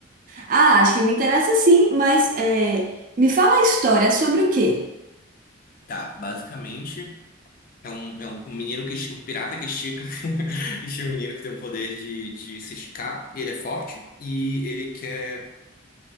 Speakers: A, on the right; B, on the left.
A: Ah, acho que me interessa sim, mas é, me fala a história é sobre o quê?
B: Tá, basicamente é um, é um menino que esti- um pirata que estica, <laughs> estica um menino que tem o poder de, de se esticar e ele é forte e ele quer